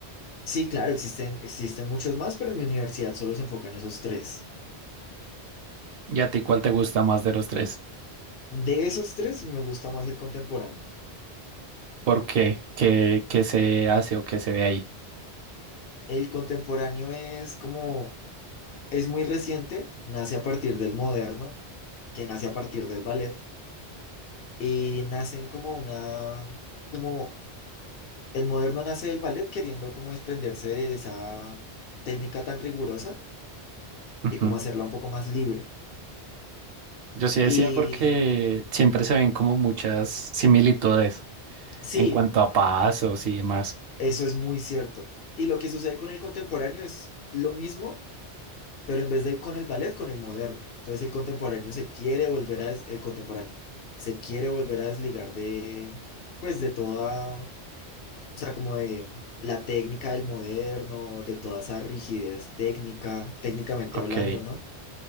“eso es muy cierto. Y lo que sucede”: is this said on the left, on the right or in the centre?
Left